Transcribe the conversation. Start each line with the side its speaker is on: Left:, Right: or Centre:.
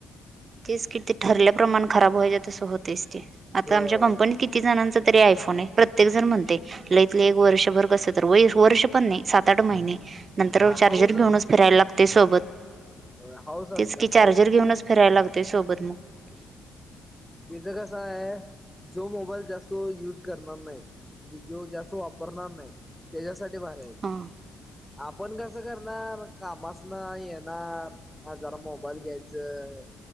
Right: तेच किट ते ठरल्याप्रमान खराब व्हायचे, तसं होतेच ते आता
Centre: होय
Right: आमच्या
Centre: होय
Right: कंपनीत किती किती जणांच तरी आयफोन आहे, प्रत्येक जण म्हणते लईत लई एक वर्षभर कसं तर,. वर्ष पण नाही सात आठ महिने नंतर चार्जर
Centre: हाऊस
Right: घेऊनच फिरायला लागतय सोबत
Centre: होय हाऊस असत
Right: तेच की,
Centre: हाऊस
Right: चार्जर घेऊनच फिरायला लागतोय सोबत मग
Centre: याचा कस हाय, जो मोबाईल जास्त युज करणार नाही म्हणजे जो जास्त वापरणार नाही. तेच्यासाठी बाहेर येत
Right: हा
Centre: आपण कसं करणार कामास न येणार हा जरा मोबाईल घ्यायचं